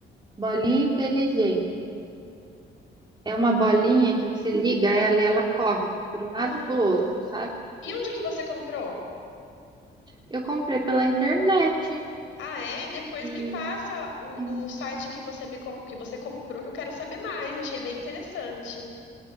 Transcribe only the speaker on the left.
Ah,
e onde que você comprou?
Ah, é? Depois
me passa o,
o site que você me com- que você comprou, que eu quero saber mais. Achei bem interessante.